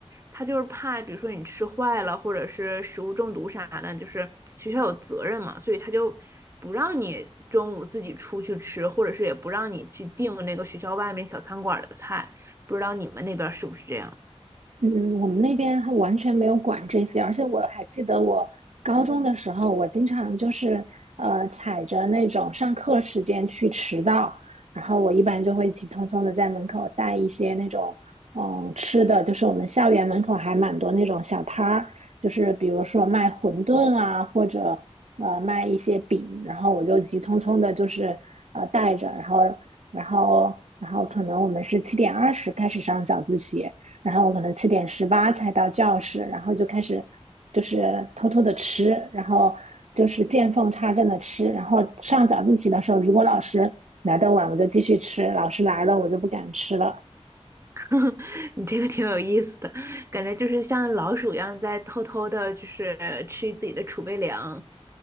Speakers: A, on the right (about 25°); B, on the right (about 80°).
A: 他就是怕，比如说你吃坏了，或者是食物中毒啥的，就是学校有责任嘛，所以他就不让你中午自己出去吃，或者是也不让你去订那个学校外面小餐馆的菜。不知道你们那边是不是这样？
B: 嗯，我们那边还完全没有管这些，而且我还记得我高中的时候，我经常就是呃踩着那种上课时间去迟到，然后我一般就会急匆匆的在门口带一些那种嗯吃的，就是我们校园门口还蛮多那种小摊儿，就是比如说卖馄饨啊，或者呃卖一些饼，然后我就急匆匆的就是呃带着，然后然后然后可能我们是七点二十开始上早自习。然后我可能七点十八才到教室，然后就开始就是偷偷的吃，然后就是见缝插针的吃，然后上早自习的时候，如果老师来的晚，我就继续吃，老师来了我就不敢吃了。
A: <laughs> 你这个挺有意思的，感觉就是像老鼠一样在偷偷的，就是吃自己的储备粮。